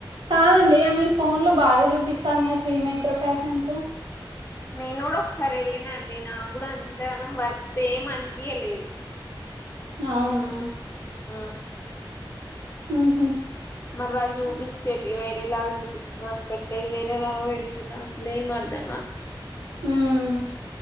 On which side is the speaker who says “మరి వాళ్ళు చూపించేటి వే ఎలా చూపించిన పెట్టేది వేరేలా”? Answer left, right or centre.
Left